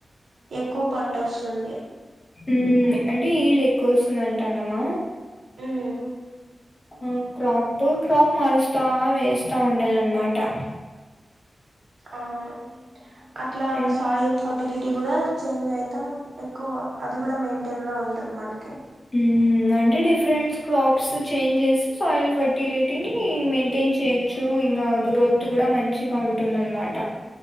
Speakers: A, on the right (about 75°); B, on the left (about 35°).
A: ఎక్కువ పంట ఒస్తుంది
B: ఉమ్ అంటే ఈళ్ళు ఎక్కువ వస్తుందంటన్నామా
A: ఉమ్
B: ఆ క్రాప్ టు క్రాప్ మారుస్తా వేస్తా ఉండాల అన్నమాటా
A: అవును అట్లా
B: అన్
A: సాయిల్ ఫకి ఫేలిటీ కూడా చేంజ్ అయితా ఎక్కువ అది కూడా మెయింటేన్ లో ఉంటుంది మనకి
B: ఉమ్ అంటే డిఫరెన్స్ ప్రాప్స్ చేంజ్ చేసి సాయిల్ ఫర్టిలిటీని మెయింటేన్ చేయొచ్చు ఇంగా గ్రోత్ కూడా అ మంచిగా ఉంటుందనమాట